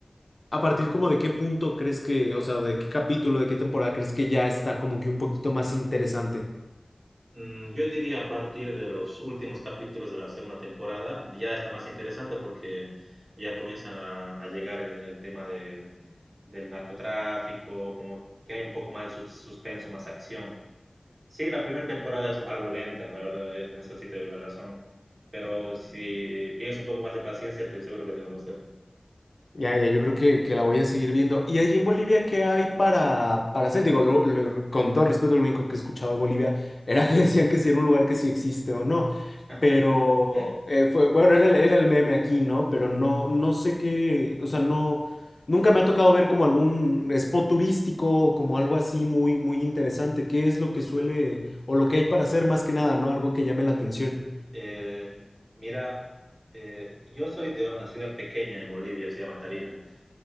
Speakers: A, on the left; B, on the right.
A: A partir como de qué punto crees que, o sea, de qué capítulo, de qué temporada crees que ya está como que un poquito más interesante.
B: Mm, Yo diría a partir de los últimos capítulos de la segunda temporada, ya está más interesante porque ya comienzan a, a llegar el, el tema de- del narcotráfico, como que hay un poco más de sus- suspenso, más acción. Sí, la primera temporada es algo lenta, la verdad, eh, en eso sí te doy la razón, pero si tienes un poco más de paciencia, estoy seguro que te va a gustar.
A: Ya, ya, yo creo que, que la voy a seguir viendo. ¿Y ahí en Bolivia qué hay para, para hacer? Digo, lo- lo- con todo respeto, lo único que escuchaba de Bolivia <laughs> era que decían que si era un lugar que sí existe o no.
B: <laughs>
A: Pero, eh, fue, bueno, era, el era el meme aquí, ¿no? Pero no, no sé qué, o sea, no, nunca me ha tocado ver como algún spot turístico, como algo así muy, muy interesante. ¿Qué es lo que suele, o lo que hay para hacer más que nada, ¿no? Algo que llame la atención.
B: Eh, mira, eh, yo soy de una ciudad pequeña en Bolivia, se llama Tarija.